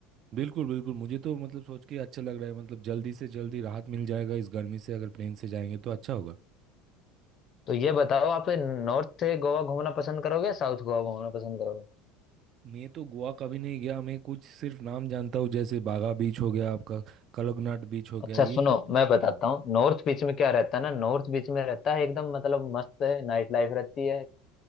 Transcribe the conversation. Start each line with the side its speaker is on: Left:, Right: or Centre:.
Right: बिल्कुल बिल्कुल मुझे तो मतलब सोच के अच्छा लग रहा है मतलब जल्दी से जल्दी राहत मिल जाएगा इस गर्मी से अगर प्लेन से जाएंगे तो अच्छा होगा
Left: तो ये बताओ आप नॉर्थ गोवा घूमना पसंद करोगे या साउथ गोवा घूमना पसंद करोगे
Right: मैं तो गोवा कभी नहीं गया मैं कुछ सिर्फ नाम जानता हूँ जैसे बागा बीच हो गया आपका कलगनाट बीच हो गया
Left: अच्छा
Right: ये
Left: सुनो
Right: सब तो-
Left: मैं बताता
Right: हाँ
Left: हूँ नॉर्थ बीच में क्या रहता है ना नॉर्थ बीच में रहता है एकदम मतलब मस्त है नाइट लाइफ रहती है